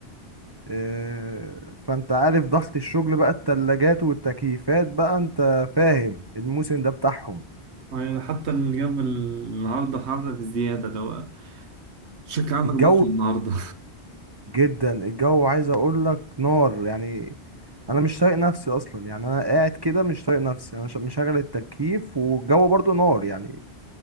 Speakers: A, on the right; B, on the right.
A: آه، فانت عارف ضغط الشغل بقى التلاجات والتكييفات بقى انت فاهم الموسم ده بتاعهم
B: يعني حتى الجو النهاردة حر بزيادة لو شكل عندك
A: الجو
B: ضغط النهاردة
A: جدا الجو عايز اقول لك نار يعني انا مش طايق نفسي اصلا يعني انا قاعد كده مش طايق نفسي انا ش- مشغل التكييف والجو برضو نار يعني